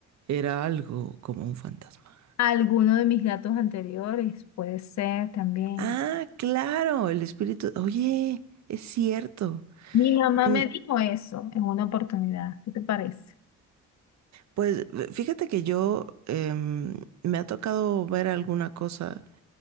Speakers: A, on the right; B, on the left.
A: era algo como un fantasma.
B: alguno de mis gatos anteriores puede ser también.
A: Ah, claro, el espíritu. Oye, es cierto.
B: Mi mamá
A: Mm,
B: me dijo eso en una oportunidad. ¿Qué te parece?
A: Pues fíjate que yo em, me ha tocado ver alguna cosa